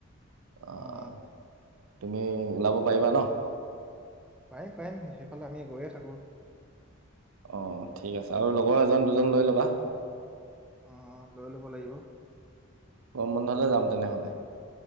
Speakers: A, on the right (about 85°); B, in the centre.
A: আহ,
B: অ অ
A: তুমি ওলাব পাৰিবা ন
B: পাৰিম পাৰিম সেইফালে আমি গৈয়ে থাকো
A: অঁ ঠিক আছে আৰু লগৰ এজন দুজন লৈ ল'বা
B: অ লৈ ল'ব লাগিব
A: গৰম বন্ধতে যাম তেনেহলে